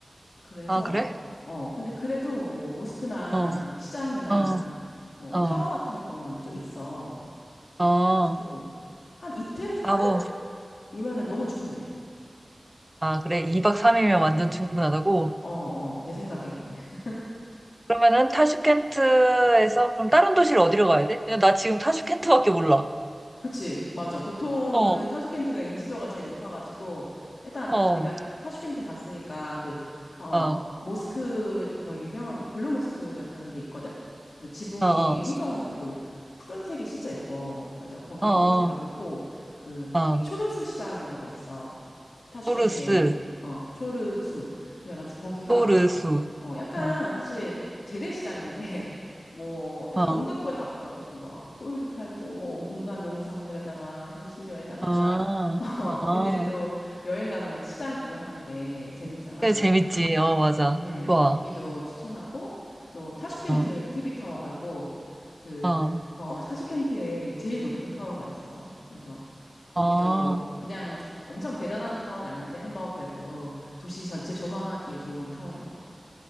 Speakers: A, on the left; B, on the right.
A: 그래서
B: 아, 그래?
A: 어 근데 그래도 뭐 모스크나
B: 어.
A: 뭐 시장이나
B: 어.
A: 뭐
B: 어.
A: 타워 같은 거는 좀 있어.
B: 어.
A: 가지고 한 이틀 사흘
B: 아, 뭐.
A: 이면은 너무 충분해.
B: 아, 그래. 2박 3일이면 완전 충분하다고.
A: 어, 어, 내 생각에 그래. <laughs>
B: 그러면은 타슈켄트에서 그럼 다른 도시를 어디로 가야 돼? 그냥 나 지금 타슈켄트밖에 몰라.
A: 그치, 맞아. 보통은
B: 어.
A: 타슈켄트가 인지도가 제일 높아가지고, 일단
B: 어.
A: 네가
B: 어.
A: 타슈켄트 갔으니까 그, 어,
B: 어.
A: 모스크 거의 유명한 게, 블루 모스크 같은 게 있거든? 그래서 지붕이
B: 어. 어.
A: 엄청 그, 푸른색이 진짜 예뻐. 그래서 거기도
B: 어.
A: 꼭 가보고, 그,
B: 어.
A: 거기
B: 어.
A: 초르수 시장이라고 있어. 타슈켄트에,
B: 토르스.
A: 어, 초르수. 그래가지고 거기가
B: 토르수.
A: 어, 약간
B: 어,
A: 사실 재래시장인데 <laughs> 뭐 약간
B: 어,
A: 온갖 걸 다 팔아 무슨 막 꿀도 팔고 뭐 온갖 농산물에다가 향신료에다가
B: 아,
A: <laughs> 어
B: 아.
A: 근데 또 여행 가면은 시장 구경하는 게 재밌잖아.
B: 그래, 재밌지. 어, 맞아.
A: 음
B: 좋아.
A: 거기도 추천하고 또 타슈켄트
B: 어,
A: TV 타워라고 그어
B: 어,
A: 타슈켄트에 제일 높은 타워가 있어. 그래서 거기도
B: 어.
A: 그냥 엄청 대단한 타워는 아닌데 한번 그래도 도시 전체 조망하기에 좋은 타워인 것 같아.